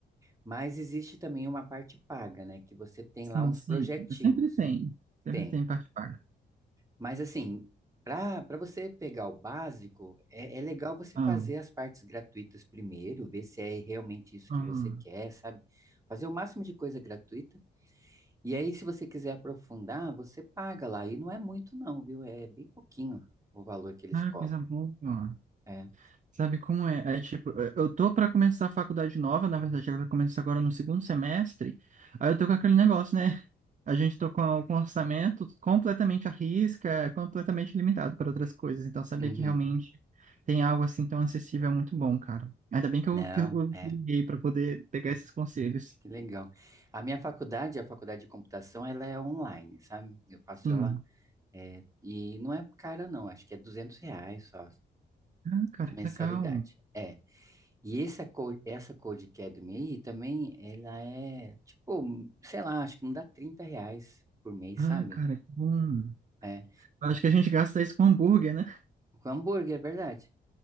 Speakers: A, on the right; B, on the right.
A: mas existe também uma parte paga, né, que você tem
B: Sim,
A: lá uns
B: sim.
A: projetinhos.
B: Sempre tem. Sempre
A: Tem.
B: tem parte paga.
A: Mas assim, para para você pegar o básico, é, é legal você
B: Ah,
A: fazer as partes gratuitas primeiro, ver se é realmente isso que
B: aham.
A: você quer, sabe? Fazer o máximo de coisa gratuita. E aí, se você quiser aprofundar, você paga lá. E não é muito, não, viu? É bem pouquinho o valor que eles
B: Ah,
A: cobram.
B: coisa boa.
A: É.
B: Sabe como é? É tipo, eh, eu tô pra começar a faculdade nova, na verdade ela vai começar agora no segundo semestre. Aí eu tô com aquele negócio, né? <laughs> A gente tô com, com um orçamento completamente à risca, completamente limitado para outras coisas. Então saber
A: Uhum.
B: que realmente tem algo assim tão acessível é muito bom, cara. Ainda bem que
A: Não,
B: eu, que eu te
A: é.
B: liguei para poder pegar esses conselhos.
A: Que legal. A minha faculdade, a faculdade de computação, ela é online, sabe? Eu faço
B: Sim.
A: ela. é, E não é cara, não. Acho que é 200 reais só
B: Ah, cara,
A: De
B: que
A: mensalidade.
B: legal.
A: É. E essa Code, essa Code Academy aí também, ela é, tipo, sei lá, acho que não dá 30 reais por mês,
B: Ah,
A: sabe?
B: cara, que bom.
A: É.
B: Acho que a gente gasta isso com hambúrguer, né?
A: Com hambúrguer, é verdade.